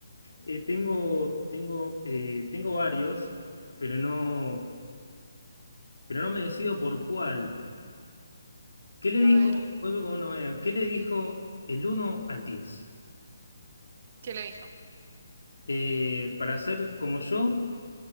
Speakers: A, on the left; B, on the right.
A: eh, tengo, tengo, eh, tengo varios, pero no, pero no me decido por cuál. ¿Qué le
B: A
A: dijo?
B: ver,
A: Vuelvo con una manera. ¿Qué le dijo el uno al 10?
B: ¿qué le dijo?
A: Eh, para ser como yo,